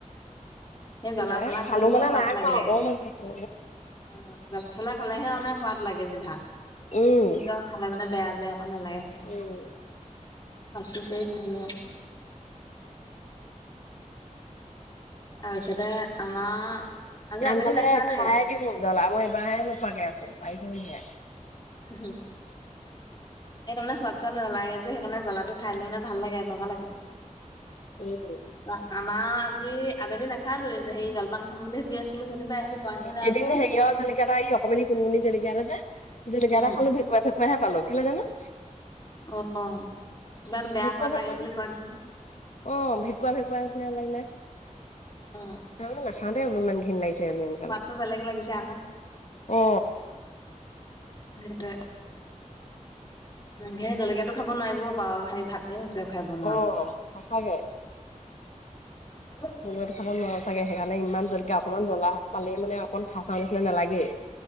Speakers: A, on the left; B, on the left.
A: সেই জ্বালা
B: নাই
A: চালা খালে
B: খালো
A: হে
B: মানে
A: সোৱাদ
B: নাই
A: লাগে
B: খোৱা অকমান খাইছো
A: অ জ্বলা চলা খালেহে মানে সোৱাদ লাগে জিভাত
B: উম
A: কিন্তু আকৌ খালে মানে বেয়া যে অ নালাগে খাব
B: উম
A: বাচি কৰি খাবি আও তাৰপিছতে আমাৰ আজি
B: আনকালে
A: আবেলি নাখালোৱে
B: খাই দিওঁ জ্বলা মই এইবাৰহে নোখোৱাকে আছো পাৰিছো বুলিহে
A: হু হু এই তাৰমানে সোৱাদ চোৱাদ নালাগে যে সেই কাৰণে জ্বলাটো খাই দিলে মানে ভাল লাগে এনেকুৱা লাগে
B: উম
A: আ আমাৰো আজি আবেলি নাখালোৱে যে সেই জলপান খাম বুলি ভাবি আছিলো যেনিবা পোৱাহি
B: উম
A: নাই
B: এদিন
A: নহয়।
B: হেৰিয়ৰ জলকীয়া এটা এই অকণমানি কণমানি জলকীয়া এটা যে জলকীয়া
A: উম।
B: এটা খালো ভেকুৱা ভেকু ভেকুৱাহে পালো কেলে জানো
A: অহ কিবা এটা বেয়া
B: ভেকুৱা
A: সোৱাদ
B: ভেকুৱা
A: লাগে বুলি কয় নহয়
B: অ ভেকুৱা ভেকুৱা নিচিনা লাগিলে
A: অহ।
B: <unintelligible> নাখাওঁ দেই বুলোঁ। ইমান ঘিন লাগিছে <unintelligible>
A: মাতটো বেলেগে লাগিছে আক'।
B: অ
A: সেইটোৱে। সে জলকীয়াটো খাব নোৱাৰিব পা <unintelligible> ভাত এ হৈছে <unintelligible>
B: অ, সঁচাকে।
A: <unintelligible>
B: জলকীয়াটো খাব নোৱাৰোঁ ছাগে। সেকাণে ইমান জলকীয়া। অকণমান জ্বলা পালেই মানে অকণ খাই চাওঁ নিচিনা নালাগেই।